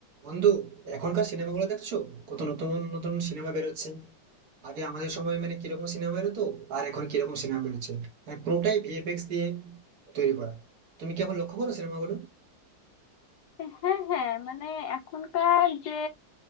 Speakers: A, on the right (about 60°); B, on the left (about 65°).
A: বন্ধু এখনকার সিনেমাগুলো দেখছো কত নতুন নতুন সিনেমা বেরোচ্ছে আগে আমাদের সময় মানে কিরকম সিনেমা বেরোতো আর এখন কিরকম সিনেমা বেরোচ্ছে মানে পুরোটাই ভিএফএক্স দিয়ে তৈরি করা তুমি কি এখন লক্ষ্য করো সিনেমাগুলো
B: হ্যাঁ হ্যাঁ মানে এখনকার যে